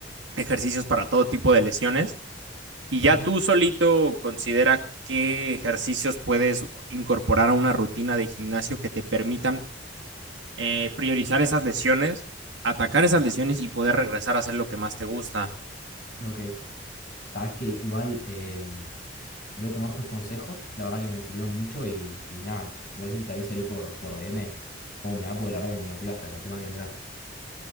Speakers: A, on the right; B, on the left.
A: ejercicios para todo tipo de lesiones y ya
B: ujú,
A: tú solito considera qué ejercicios puedes incorporar a una rutina de gimnasio que te permitan eh, priorizar esas lesiones, atacar esas lesiones y poder regresar a hacer lo que más te gusta.
B: Ok. Sabes que igual, em, voy a tomar tus consejos, la verdad que me sirvieron mucho y, y nada, a ver si te aviso ahí por, por DM cómo me va, porque la verdad que me motivaste, no tengo ni que entrenar.